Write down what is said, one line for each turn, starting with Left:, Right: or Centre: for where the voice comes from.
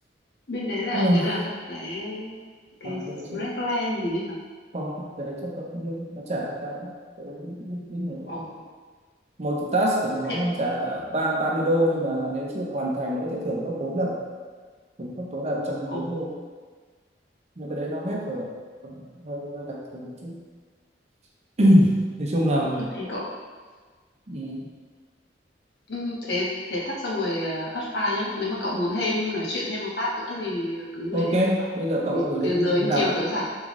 Left: Bên đấy là
Right: nhưng
Left: cái
Right: mà
Left: nào ta? Cái cái
Right: à, cái đấy
Left: Redland
Right: chắc
Left: gì ấy hả?
Right: có cái đấy chắc có không biết nó trả cái cái đấy biết biết biết nhiều lắm.
Left: Ồ,
Right: một cái task của nó
Left: thế
Right: nó trả ba ba mươi đô nhưng mà nếu chưa hoàn thành nó có thể thưởng gấp bốn lần thưởng gấp tối đa một trăm
Left: ồ
Right: bốn mươi đô nhưng cái đấy nó hết
Left: ồ,
Right: rồi hơi, hơi đặc thù một chút <clears throat> nói chung là
Left: tôi thấy cậu
Right: ừ.
Left: Ừ, thế thế tắt xong rồi uh, apply nhá. Nếu mà cậu muốn thêm nói chuyện thêm một tát nữa thì cứ gửi
Right: ok
Left: link cho tớ.
Right: bây giờ
Left: Tại
Right: cậu
Left: vì
Right: gửi
Left: từ
Right: lên đi
Left: giờ
Right: mình
Left: đến
Right: làm
Left: chiều tớ rảnh.